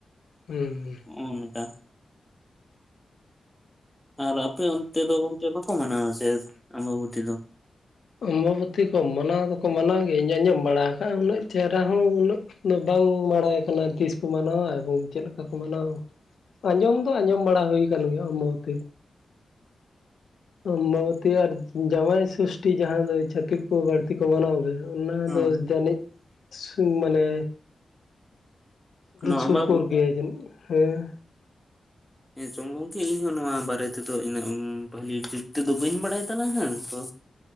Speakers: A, on the left; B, in the centre.
A: ᱦᱮᱸᱸ
B: ᱚᱱᱠᱟ ᱟᱨ ᱟᱯᱮ ᱚᱱᱛᱮ ᱫᱚ ᱜᱚᱝᱠᱮ ᱵᱟᱠᱚ ᱢᱟᱱᱟᱣᱟ ᱥᱮ ᱟᱢᱵᱟᱵᱚᱛᱤ ᱫᱚ?
A: ᱟᱢᱵᱟᱵᱚᱛᱤ ᱠᱚ ᱢᱟᱱᱟᱣ ᱫᱚᱠᱚ ᱢᱟᱱᱟᱣ ᱜᱤᱧ ᱟᱸᱡᱚᱢ ᱵᱟᱲᱟ ᱟᱠᱟᱜᱼᱟ ᱩᱱᱟᱹᱜ ᱪᱮᱦᱨᱟ ᱦᱚᱸ ᱩᱱᱟᱹᱜᱼᱼ ᱵᱟᱝ ᱵᱟᱲᱟᱭ ᱠᱟᱱᱟ ᱛᱤᱥᱠᱚ ᱢᱟᱱᱟᱣ ᱜᱚᱢᱠᱮ ᱪᱮᱫ ᱞᱮᱠᱟ ᱠᱚ ᱢᱟᱱᱟᱣ ᱟᱸᱡᱚᱢ ᱫᱚ ᱟᱸᱡᱚᱢ ᱵᱟᱲᱟ ᱦᱩᱭ ᱟᱠᱟᱱ ᱜᱮᱭᱟ ᱟᱵᱟᱵᱚᱛᱤ᱾ ᱟᱢᱵᱟᱵᱚᱛᱤ ᱟᱨ ᱡᱟᱶᱟᱭ ᱥᱩᱥᱼᱼ ᱪᱷᱴᱤ ᱡᱟᱦᱟᱸ ᱫᱚ ᱪᱷᱟᱹᱛᱤᱠ ᱠᱚ ᱵᱟᱹᱲᱛᱤ ᱠᱚ ᱢᱟᱱᱟᱣ ᱜᱮ ᱚᱱᱟ
B: ᱦᱳᱭ
A: ᱫᱚ ᱡᱟᱹᱱᱤᱡ ᱢᱟᱱᱮᱼᱼ
B: ᱱᱚᱣᱟ
A: ᱥᱩᱯᱩᱨ
B: ᱟᱵᱟᱵᱩᱛᱤᱼᱼ
A: ᱜᱮᱭᱟ ᱡᱟᱹᱱᱤᱡ ᱦᱮᱸ
B: ᱦᱮᱸᱪᱚᱝ ᱜᱚᱝᱠᱮ ᱤᱧᱦᱚ ᱱᱚᱣᱟ ᱵᱟᱨᱮ ᱛᱮᱫᱚ ᱤᱱᱟᱹᱜ ᱵᱷᱟᱹᱞᱤ ᱡᱩᱜ ᱛᱮᱫᱚ ᱵᱟᱹᱧ ᱵᱟᱲᱟᱭ ᱦᱮ ᱛᱚᱼᱼ